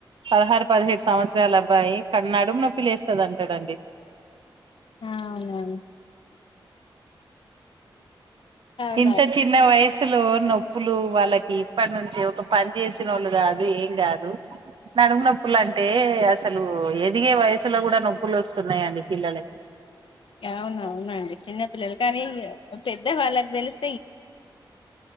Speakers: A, on the right (about 80°); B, on the left (about 85°).
A: పదహారు పదిహెడు సంవత్సరాల అబ్ అబ్బాయి ఇక్కడ నడుము నొప్పి లేస్తదంట అండి
B: ఆ అవునవును అ
A: ఇంత చిన్న వయసులో నొప్పులు వాళ్ళకి ప నుంచి ఒక పని చేసిన వాళ్ళు కాదు ఏం కాదు నడుము నొప్పులు అంటే టే అసలు ఎదిగే వయసులో కూడా నొప్పులు వస్తున్నాయండి పిల్లలకి
B: అవును అవునండి చిన్నపిల్లలు కానీ పెద్ద వాళ్ళకి తెలుసు